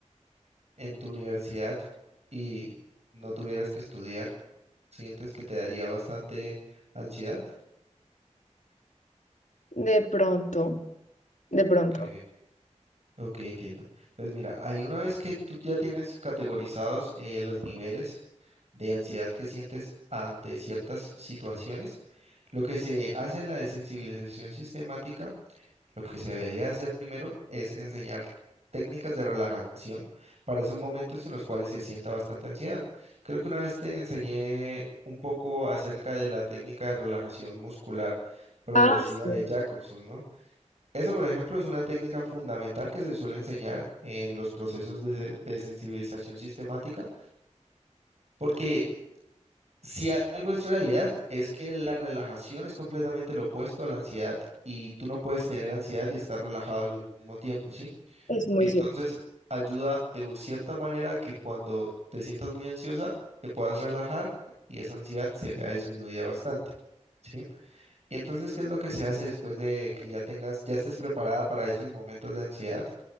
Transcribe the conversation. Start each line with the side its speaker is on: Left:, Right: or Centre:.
Right: en tu universidad y no tuvieras que estudiar, ¿sientes que te daría bastante ansiedad?
Left: De pronto, de pronto.
Right: Ok, ok, entiendo. Entonces, mira, ahí una vez que tú ya tienes categorizados eh, los niveles de ansiedad que sientes ante ciertas situaciones, lo que se hace en la desensibilización sistemática Lo que se debería hacer primero es enseñar técnicas de relajación para esos momentos en los cuales se sienta bastante ansiedad. Creo que una vez te enseñé un poco acerca de la técnica de relajación muscular progresiva
Left: Ah, sí,
Right: de Jacobson, ¿no? Eso, por ejemplo, es una técnica fundamental que se suele enseñar en los procesos de, se- de sensibilización sistemática, porque si algo es realidad, es que la relajación es completamente lo opuesto a la ansiedad y tú no puedes tener ansiedad y estar relajado al mismo tiempo, ¿sí?
Left: es muy
Right: Entonces,
Left: cierto.
Right: ayuda de u- cierta manera que cuando te sientas muy ansiosa, te puedas relajar y esa ansiedad se vea disminuida bastante, ¿sí? Y entonces, ¿qué es lo que se hace después de que ya tengas, ya estés preparada para esos momentos de ansiedad?